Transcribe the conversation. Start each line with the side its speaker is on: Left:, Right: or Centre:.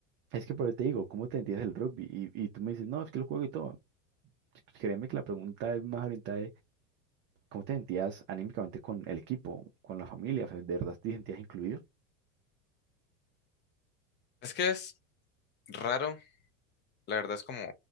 Right: Es que por eso te digo, ¿cómo te entiendes el rugby? Y, y tú me dices, no, es que lo juego y todo. Créeme que la pregunta es más orientada ¿Cómo te sentías anímicamente con el equipo, con la familia? O sea, ¿de verdad te sentías incluido?
Left: Es que es raro, la verdad es como